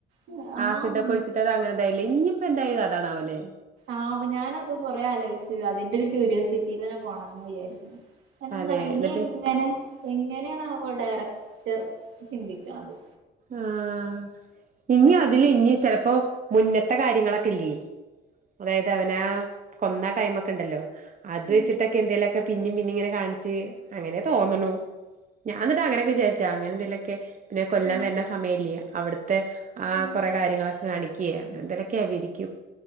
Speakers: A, on the right; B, on the right.
A: ഉം ആഹ്
B: ആസിഡൊക്കെ ഒഴിച്ചിട്ട് അങ്ങനെന്തായാലാ ഇഞ്ഞിപ്പൊ എന്താ അയില് കഥാണാവലേ-
A: ആവോ ഞാനതും കൊറേ ആലോയിച്ച് അതിന്റെ ഒരു ക്യൂരൃസിറ്റിയിൽ തന്നെ പോണംന്ന് വിചാരിക്ക എന്തന്നറിയോ
B: അതെ
A: ഇനി
B: എന്നിട്ട്
A: എങ്ങനെ എങ്ങനെയാണാവോ ഡയറ റ്റർ ചിന്തിക്ക്ണത്-
B: ആഹ് ഇനി അതില് ഇനി ചെലപ്പോ മുന്നത്തെ കാര്യങ്ങളൊക്കെ ഇല്ലേ അതായത് അവനാ കൊന്ന ടൈമൊക്കെ ഇണ്ടല്ലോ അത് വെച്ചിട്ടൊക്കെ
A: ഉം
B: എന്തേലൊക്കെ പിന്നിം പിന്നിം ഇങ്ങനെ കാണിച്ച് അങ്ങനെ തോന്ന്ണു ഞാ ഇന്നട്ട് അങ്ങനൊക്കെ വിചാരിച്ചു- അങ്ങനെ എന്തേലൊക്കെ പിന്നെ കൊല്ലം
A: ഉം
B: വര്ണ സമയല്ലേ അവിട്ത്തെ ആഹ്
A: ഉം
B: കൊറേ കാര്യങ്ങളൊക്കെ കാണിക്ക എന്തലൊക്കെ അവരിക്കും